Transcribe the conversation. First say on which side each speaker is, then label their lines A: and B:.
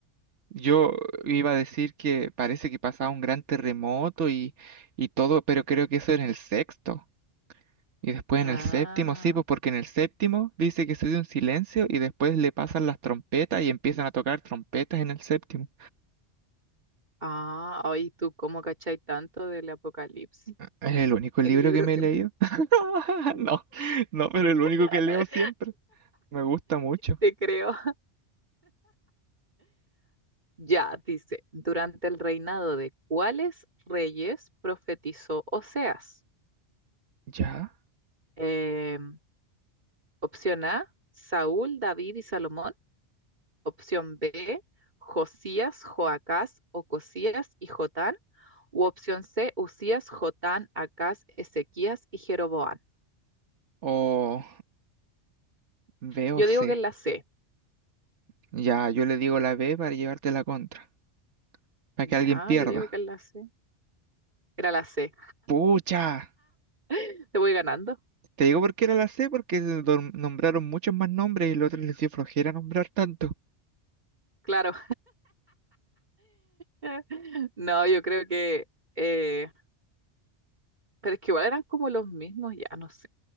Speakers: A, on the right (about 90°); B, on the right (about 40°).
A: Yo iba a decir que parece que pasaba un gran terremoto y, y todo, pero creo que eso era en el sexto. Y después en
B: Ah,
A: el séptimo, sí, pues porque en el séptimo dice que se dio un silencio y después le pasan las trompetas y empiezan a tocar trompetas en el séptimo.
B: ah, ay, tú cómo cachai tanto del Apocalipsis,
A: Es el único
B: el
A: libro
B: libro
A: que me
B: que
A: he leído. <laughs> No, no, pero el único
B: <laughs>
A: que leo siempre. Me gusta mucho.
B: te creo. Ya, dice, durante el reinado de cuáles reyes profetizó Oseas.
A: ¿Ya?
B: Em, opción A, Saúl, David y Salomón. Opción B, Josías, Joacás, Ocosías y Jotán. U opción C, Usías, Jotán, Acaz, Ezequías y Jeroboán.
A: O... B
B: Yo
A: o C.
B: digo que es la C.
A: Ya, yo le digo la B para llevarte la contra, para
B: Ya,
A: que alguien pierda.
B: yo digo que es la C. Era la C.
A: ¡Pucha!
B: <laughs> Te voy ganando.
A: Te digo por qué era la C, porque dor- nombraron muchos más nombres y los otros les dio flojera nombrar tanto.
B: Claro. <laughs> No, yo creo que... eh, pero es que igual eran como los mismos, ya no sé.